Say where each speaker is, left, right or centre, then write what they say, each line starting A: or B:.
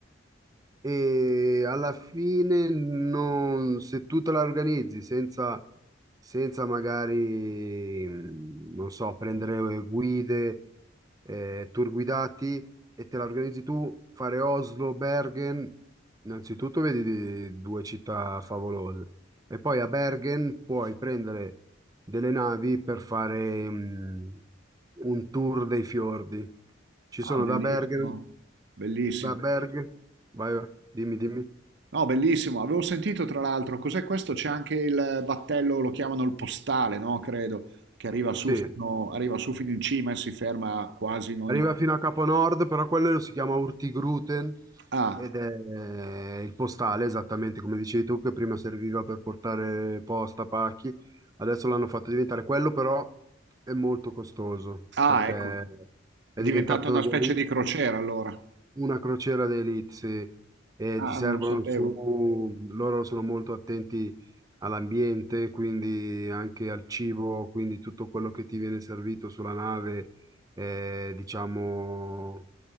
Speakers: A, on the right; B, on the right.
A: e alla fine non, se tu te la organizzi senza, senza magari, mh, non so, prendere guide, eh, tour guidati e te la organizzi tu, fare Oslo, Bergen, innanzitutto vedi di- due città favolose e poi a Bergen puoi prendere delle navi per fare, mh, un tour dei fiordi. Ci
B: Ah,
A: sono
B: bellissimo,
A: da Bergen,
B: bellissimo.
A: da Berg, vai, vai, dimmi, dimmi.
B: No, bellissimo. Avevo sentito tra l'altro, cos'è questo? C'è anche il battello, lo chiamano il postale, no? Credo, che arriva su
A: Sì,
B: fino, arriva su fino in cima e si ferma quasi in ogni...
A: arriva fino a Capo Nord, però quello si chiama Urtigruten
B: Ah,
A: ed è eh, il postale, esattamente come dicevi tu, che prima serviva per portare posta, pacchi, adesso l'hanno fatto diventare quello, però è molto costoso
B: ah,
A: perché
B: ecco. È
A: è
B: diventata
A: diventato
B: una
A: delitto.
B: specie di crociera allora.
A: Una crociera d'élite, sì, e
B: Ah,
A: ti servono
B: non lo sapevo.
A: su, loro sono molto attenti all'ambiente, quindi anche al cibo, quindi tutto quello che ti viene servito sulla nave è, diciamo,